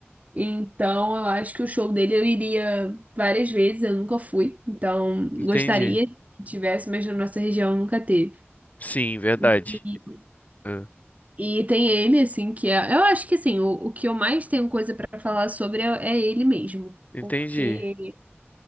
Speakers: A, on the right; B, on the left.
A: Então, eu acho que o show dele eu iria várias vezes, eu nunca fui. Então, gostaria
B: entendi.
A: que tivesse, mas na nossa região nunca teve.
B: Sim, verdade.
A: E,
B: Ah,
A: e tem ele, assim, que é. Eu acho que, assim, o, o que eu mais tenho coisa pra falar sobre é, é ele mesmo.
B: entendi.
A: Porque